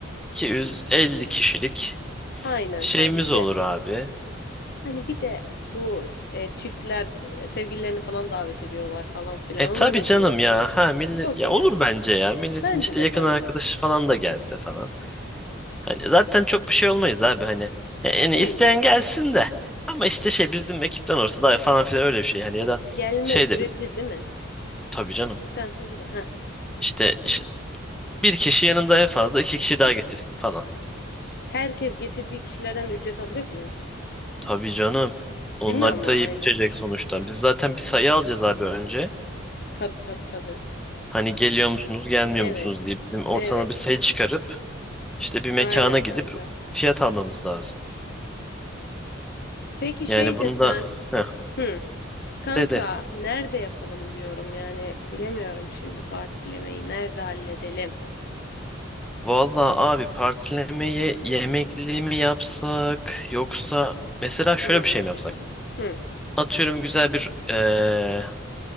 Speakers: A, in the centre; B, on the left.
A: iki yüz 250 kişilik
B: Aynen
A: şeyimiz
B: kanki. Bir
A: olur
B: de
A: abi.
B: Hani bir de bu e, çiftler sevgililerini falan davet ediyorlar falan filan.
A: E tabii
B: Ona ne
A: canım
B: diyorsun?
A: ya. Ha millet
B: Okey.
A: ya olur bence ya. Milletin
B: Bence
A: işte
B: de
A: yakın
B: kanka.
A: arkadaşı falan da gelse falan. Hani zaten çok bir şey olmayız abi hani. Ya Yani
B: Aynen.
A: isteyen gelsin de. Ama işte şey bizim ekipten olursa daha falan filan öyle bir şey hani ya da
B: Gelme
A: şey
B: ücretli
A: deriz.
B: değil mi?
A: Tabii canım.
B: Ha, Sen söyle de. Ha.
A: İşte, işte bir kişi yanında en fazla iki kişi daha getirsin falan.
B: Herkes getirdiği kişilerden ücret alacak mıyız?
A: Tabii canım. Onlar
B: Değil mi ama
A: da yiyip
B: aynen.
A: içecek sonuçta. Biz zaten bir sayı alacağız abi önce.
B: Tabii tabii tabii.
A: Hani geliyor musunuz, gelmiyor
B: Evet.
A: musunuz diye bizim ortama
B: Evet.
A: bir sayı çıkarıp işte bir mekana
B: Aynen
A: gidip
B: kanka.
A: fiyat almamız lazım.
B: Peki şey
A: Yani bunu
B: desen.
A: da heh,
B: Hı. Kanka
A: dedi.
B: nerede yapalım diyorum yani bilemiyorum şimdi partilemeyi nerede halledelim.
A: Vallahi abi partilemeye yemekli mi yapsak yoksa mesela şöyle
B: Hı.
A: bir şey mi yapsak?
B: Hı.
A: Atıyorum güzel bir eee,